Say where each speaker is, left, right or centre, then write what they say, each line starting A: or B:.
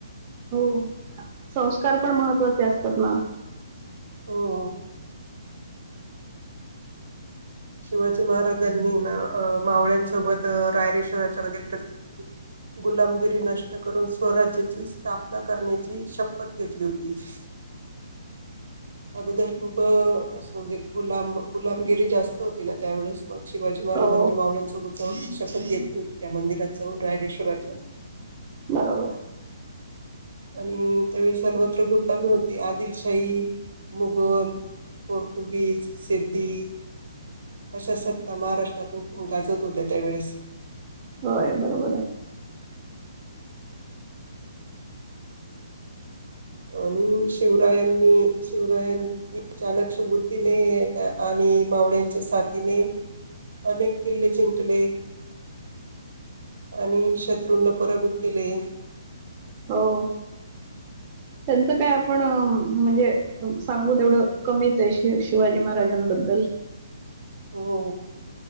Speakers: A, on the right; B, on the right.
A: हो संस्कार पण महत्त्वाचे असतात ना.
B: हो. शिवाजी महाराजांनी ना मावळ्यांसोबत रायरेश्वराच्या <inaudible> गुलामगिरी नष्ट करून स्वराज्याची स्थापना करण्याची शपथ घेतली होती. <inaudible> अगोदर खूप अ असं म्हणजे गुलाम गुलामगिरी जास्त होती ना त्यावेळेस. मग शिवाजी महाराजांनी
A: हो
B: मावळ्यांसोबत- शपथ घेतली होती त्या मंदिरात जावून रायरेश्वराच्या.
A: बरोबर.
B: आणि त्यावेळी सर्वत्र गुलामी होती आदिलशाही मुघल. पोर्तुगीज, सिद्धी. अशा सत्ता महाराष्ट्रात हुकुम गाजत होत्या त्यावेळेस.
A: होय बरोबर आहे.
B: आणि शिवरायांनी शिवरायांनी अ चाणक्ष बुद्धीने आणि- मावळ्यांच्या साथीने अनेक किल्ले जिंकले. आणि शत्रूंना पराभूत केले.
A: हो.
B: <inaudible>
A: त्यांचं काय आपण अ - म्हणजे सांगू तेवढं कमीच आहे श- शिवाजी महाराजांबद्दल.
B: हो.